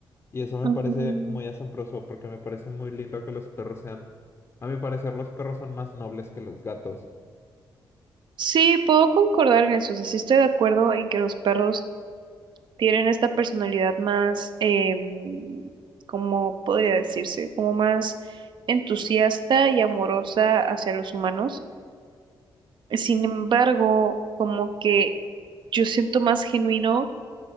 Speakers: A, on the left (about 30°); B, on the right (about 65°).
A: Y eso me
B: Mm,
A: parece muy asombroso porque me parece muy lindo que los perros sean, a mi parecer los perros son más nobles que los gatos,
B: Sí, puedo concordar en eso, o sea, sí estoy de acuerdo en que los perros tienen esta personalidad más, em, ¿cómo podría decirse? Como más entusiasta y amorosa hacia los humanos. Sin embargo, como que yo siento más genuino